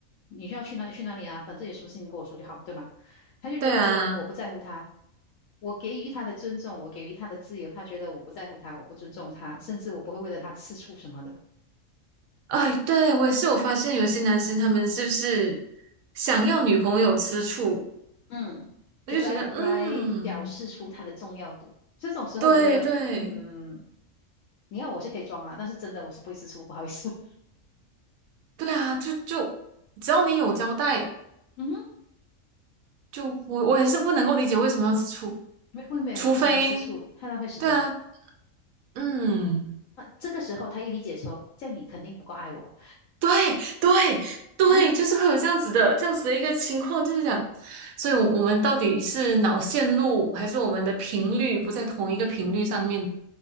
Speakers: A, on the left (about 75°); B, on the right (about 85°).
A: 你需要去哪里去哪里啊，反正有什么事情跟我说就好，了，对吗？他就觉得说我不在乎他，
B: 对啊。
A: 我给予他的尊重，我给予他的自由，他觉得我不在乎他，我不尊重他，甚至我不会为了他吃醋什么的。
B: 哎，对，我也是有发现，有些男生他们是不是想要女朋友吃醋？
A: 嗯，嗯，觉来来表示出他的重要度。
B: 我就觉得，嗯，
A: 这种时候，
B: 对对
A: 我觉得，嗯，你要我是可以装啦，但是真的我是不会吃醋，不好意思。
B: 对啊，就就只要你有交代，
A: <laughs> 嗯哼。
B: 就我我也是不能够理解为什么要吃醋，
A: 为为为为什么要吃醋？
B: 除非
A: 太浪费时间了。
B: 对啊，嗯，
A: 这个时候他一理解说，这样你肯定不够爱我
B: 对对对，
A: 啊！
B: 就是会有这样子的这样子的一个情况，就是讲，所以我我们到底是脑线路还是我们的频率不在同一个频率上面，